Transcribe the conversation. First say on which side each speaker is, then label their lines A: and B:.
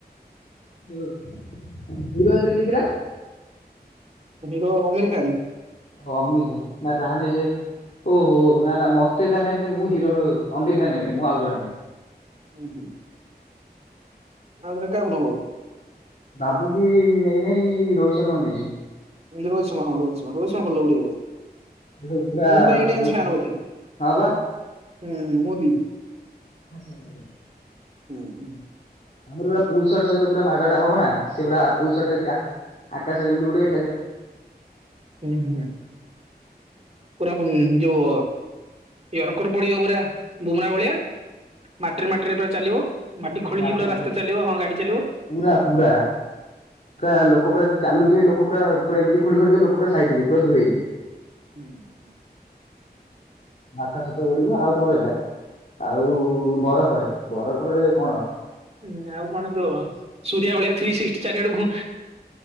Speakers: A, on the left; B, on the right.
A: ହ <unintelligible> ବିରଭଦ୍ର କିଏ ଥିଲା?
B: ହିରୋ ଆମିର ଖାନ।
A: ଓ ଅମିର ଖାନା, ନା ତାହିନେ ସେ ଓହୋ ନା, ନା, ମତେ ତା ନହି ମୁଁ ହିରୋ ଅମିର ଖାନ ହେବିନି, ମୁଁ ଆଉ ଜଣ ହେବି
B: ହଁ ହୁଁ ଆ <unintelligible>
A: ବାବୁଜୀ ନେଇନେଇ ରୋହିତ ଶର୍ମାଙ୍କୁ ନେଇଛି
B: <unintelligible> ବୋଲାବୁଲି ହଉ।
A: ସେ ସବୁ ପୁରା
B: ମୁମ୍ବାଇ ଇଡିୟନ୍ସ
A: ପୁ
B: ଫ୍ୟାନ ହଥିଲେ
A: ହଁ ବା
B: ହୁ ମୁଭି
A: ଆସାନ୍ତି ଭ <inaudible>
B: ହୁଁ ହୁଁ।
A: ଆମର ପୁରସଟ ସହିତ ପୁରା ମାଡ ଟା ହବ ନା, ସେ ପୁରା ପୁଲସଟା ଯେତି ଆକାଶ ଯେମିତି ଗୋଟେ
B: ହଁ ହଁ ପୁରା ରୁ ଯୋଉ ୟର୍କର ପଡିବ ପୁରା ବୁମ୍ରା ଭଳିଆ ମାଟିରେ ମାଟିରେ ପୁରା ଚାଲିବ, ମାଟି
A: ହଁ
B: ଖୋଳିକି
A: ମାଟିରେ
B: ପୁରା
A: ମାଟିରେ
B: ରାସ୍ତା ଚାଲିବ ହଁ ଗାଡି ଚାଲିବ।
A: ପୁରା, ପୁରା, ପୁରା ଲୋକ ପୁରା ଚାଲୁଥିବେ ଲୋକ ଲୋକ ପୁରା ପା ଏମିତି ଖୋଳିବ ଯେ ଲୋକ ପୁରା ସାଇଡ ହେଇଯିବେ, ପୁରା ଦୂରେଇଯିବେ।
B: ହୁଁ ହୁଁ ହ।
A: ଆକାଶ ସତ ଉଡିବ ଆଉ କଣ ରହିଲା? ଆଉ ବରଫ, ବରଫରେ କଣ
B: ଉଁ ଆଉ କଣ ଯ ସୂରିଆ ଭଳିଆ ଥ୍ରୀ ସିକ୍ସଟି ଚାରିଆଡକୁ